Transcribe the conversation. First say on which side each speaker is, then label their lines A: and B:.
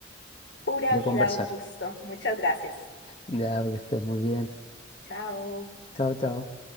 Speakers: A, on the left; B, on the left.
A: Pura
B: de
A: vida,
B: conversar.
A: Augusto. Muchas gracias.
B: Ya, que estés muy bien.
A: Chao.
B: Chao, chao.